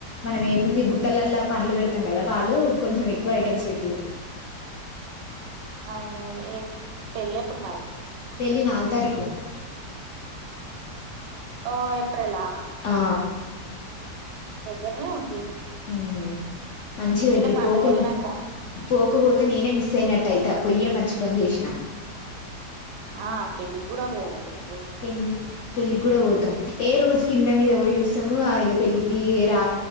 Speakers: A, on the left; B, on the right.
A: మనం ఏముంది బుట్టలల్లా పండ్లు బెడతాం కదా వాళ్ళు కొంచెం ఎక్కువ ఐటమ్స్ పెట్టీరు
B: ఆ అదే అదే ఏం పెళ్లెప్పుడు మరీ
A: ఈల్ నాల్ తారీకు
B: ఓ ఏప్రేలా
A: ఆ
B: దగ్గర్నే ఉంది
A: ఉమ్ మంచిగ పెట్టిరు
B: ఇంకా పండగ
A: పోకున్నా
B: వెళ్ళినాక
A: పోకపోతే నేనే మిస్ అయినట్టయిత పొయ్యే మంచి పని చేసినా
B: ఆ పెళ్లి కూడాపో ఇ
A: పెళ్లి పెళ్లిగ్గుడా వోతాం ఏ రోజు కింద మీదపోయి చూస్తాము ఆ ఇగ పెళ్ళికి ఎ